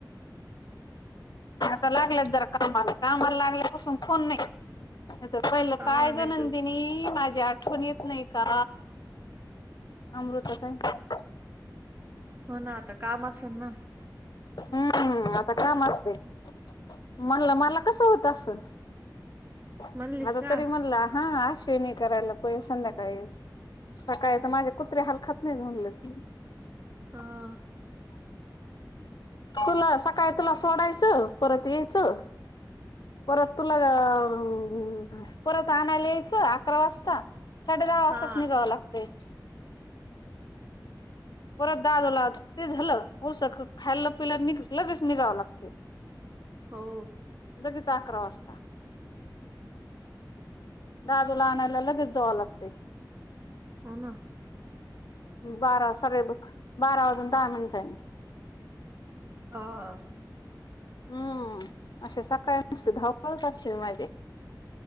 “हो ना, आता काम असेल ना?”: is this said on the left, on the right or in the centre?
Right